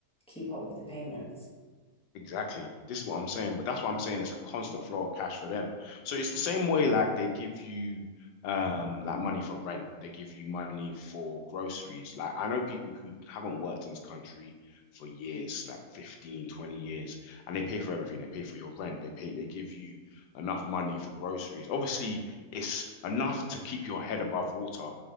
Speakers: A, in the centre; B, on the left.
A: keep up with the payments?
B: Exactly. This is what I'm saying, but that's what I'm saying. It's a constant flow of cash for them. So it's the same way like they give you um like money for rent, they give you money for groceries. Like I know people who haven't worked in this country for years, like 15, 20 years, and they pay for everything. They pay for your rent, they pay they give you enough money for groceries. Obviously, it's enough to keep your head above water,